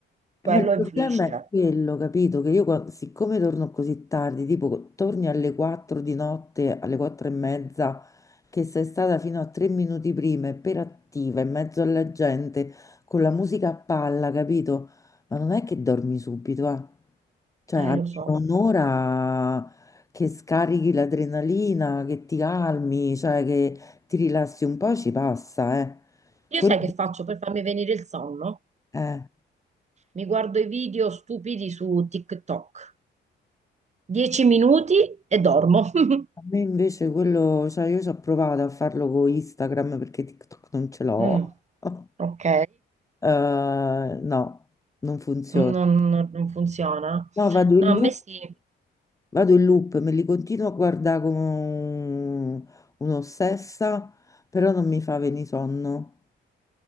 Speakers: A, on the right (about 35°); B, on the left (about 15°).
A: Quello
B: Ma il problema
A: influisce,
B: è quello, capito? Che io, qua- siccome torno così tardi, tipo torni alle 4 di notte, alle 4 e mezza, che sei stata fino a 3 minuti prima, e per attiva, in mezzo alla gente, con la musica a palla, capito? Ma non è che dormi subito, eh? Cioè,
A: eh,
B: almeno
A: lo so.
B: un'ora che scarichi l'adrenalina, che ti calmi, cioè che ti rilassi un po', ci passa, eh?
A: Io
B: Quello,
A: sai che faccio per farmi venire il sonno?
B: eh.
A: Mi guardo i video stupidi su TikTok. Dieci minuti e dormo. <laughs>
B: A me invece quello, cioè io ci ho provato a farlo con Instagram perché TikTok non ce l'ho.
A: Mm,
B: <laughs>
A: ok,
B: Eh, no, non funziona.
A: non, non- non funziona.
B: No, vado
A: No,
B: in
A: a
B: loop,
A: me sì.
B: vado in loop, me li continuo a guardare come un- un'ossessa, però non mi fa venire sonno.